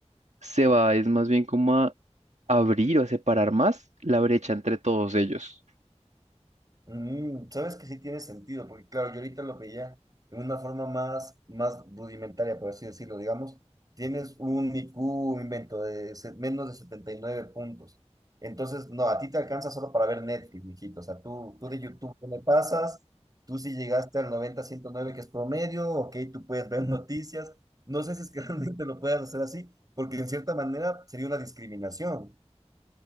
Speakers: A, on the right; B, on the right.
A: se va es más bien como a abrir o a separar más la brecha entre todos ellos.
B: mm, sabes que sí tiene sentido, porque claro, yo ahorita lo veía en una forma más, más rudimentaria, por así decirlo, digamos, tienes un IQ, un invento de se- menos de 79 puntos. Entonces, no, a ti te alcanza solo para ver Netflix, mijito. O sea, tú, tú de YouTube no le pasas, tú si llegaste al noventa ciento nueve que es promedio, ok, tú puedes ver <laughs> noticias. No sé si es que <laughs> realmente lo puedas hacer así, porque en cierta manera sería una discriminación.